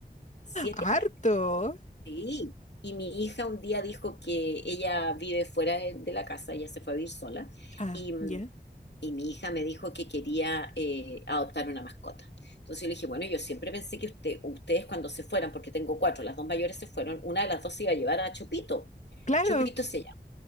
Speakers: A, on the left; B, on the left.
A: siete
B: Harto.
A: años. Sí, y mi hija un día dijo que ella vive fuera de, de la casa, ella se fue a vivir sola,
B: Ah,
A: y, mm,
B: ya.
A: y mi hija me dijo que quería eh, adoptar una mascota. Entonces yo le dije, bueno, yo siempre pensé que usted, ustedes cuando se fueran, porque tengo cuatro, las dos mayores se fueron, una de las dos se iba a llevar a Chopito.
B: Claro.
A: Chopito se llama.